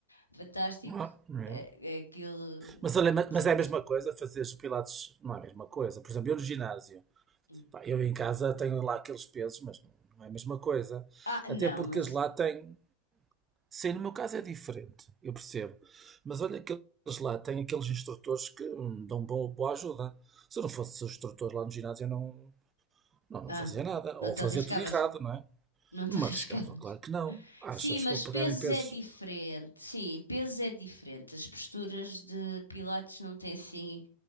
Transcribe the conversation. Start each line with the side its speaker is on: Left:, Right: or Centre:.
Left: fantástico.
Right: Ah, é.
Left: É, é aquilo.
Right: Mas, olha, ma-
Left: desanos-
Right: mas é a mesma coisa fazer os pilates, não é a mesma coisa. Por exemplo, eu no ginásio,
Left: Hum.
Right: pá, eu em casa tenho lá aqueles pesos, mas não, não é a mesma coisa.
Left: Ah,
Right: Até
Left: não,
Right: porque
Left: mas.
Right: eles lá têm, Sim, no meu caso é diferente, eu percebo. Mas olha que eles lá têm aqueles instrutores que hum, dão bom, boa ajuda. Se eu não fosse o instrutor lá no ginásio, eu não, não,
Left: Ah,
Right: não fazia nada.
Left: não
Right: Ou
Left: te
Right: fazia
Left: arriscavas.
Right: tudo errado, não é?
Left: Não te
Right: Não
Left: <laughs> arriscavas.
Right: me arriscava, claro que não. Achas
Left: Sim, mas
Right: que vou pegar
Left: pesos
Right: em pesos
Left: é diferente. Sim, pesos é diferente. As posturas de Pilates não têm assim.